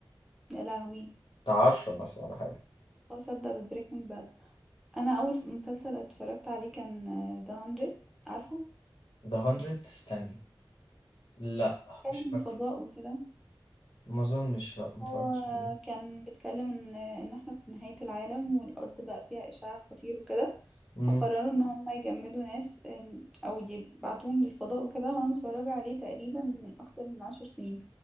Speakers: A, in the centre; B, on the left (about 80°).
A: يا لهوي
B: بتاع عشرة مثلا ولا حاجة
A: خلاص ابدا ببريكنج باد انا اول مسلسل اتفرجت عليه كان ذا هندرد عارفه
B: ذا هندرد استني لا
A: بيتكلم
B: مش فاكر
A: فضاء وكده
B: ما اظنش لا ما اتفرجتش
A: هو
B: عليه
A: كان بيتكلم ان ان احنا في نهاية العالم والارض بقى فيها اشعاع خطير وكده
B: امم
A: فقرروا ان هم يجمدوا ناس إن- او يبعتوهم للفضاء وكده وانا متفرجة عليه تقريبا من اكتر من عشر سنين